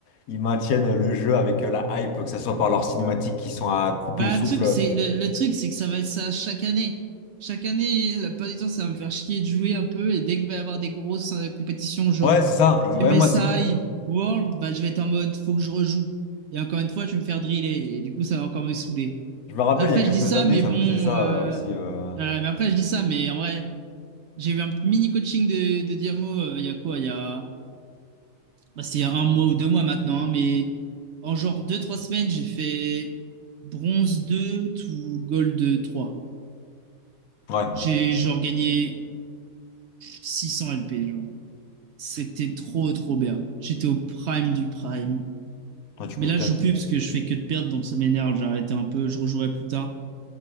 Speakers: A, on the left (about 85°); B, on the right (about 65°).
A: Ils maintiennent le jeu avec euh, la hype, que ce soit par leurs cinématiques qui sont à couper
B: Bah,
A: le souffle.
B: le truc, c'est le, le truc, c'est que ça va être ça chaque année. Chaque année, la plupart du temps, ça va me faire chier de jouer un peu. Et dès qu'il va y avoir des grosses euh, compétitions, genre
A: Ouais, c'est ça. Ex- Ouais,
B: MSI,
A: moi, c'est
B: World, bah, je vais être en mode, faut que je rejoue. Et encore une fois, je vais me faire driller. Et du coup, ça va encore me saouler.
A: Je me rappelle,
B: Après,
A: il y a quelques
B: je dis ça,
A: années,
B: mais
A: ça
B: bon.
A: me faisait ça
B: euh,
A: euh, aussi. euh.
B: ouais, mais après, je dis ça, mais en vrai, j'ai eu un mini coaching de, de Diamo, euh, il y a quoi? Il y a. Bah, c'était il y a un mois ou deux mois maintenant, hein, mais en genre deux, trois semaines, j'ai fait bronze 2 to gold trois
A: Ouais,
B: J'ai genre gagné 600 LP, genre. C'était trop, trop bien. J'étais au prime du prime.
A: ouais, tu
B: Mais
A: m'étonnes.
B: là, je joue plus parce que je fais que de perdre, donc ça m'énerve. J'ai arrêté un peu, je rejouerai plus tard.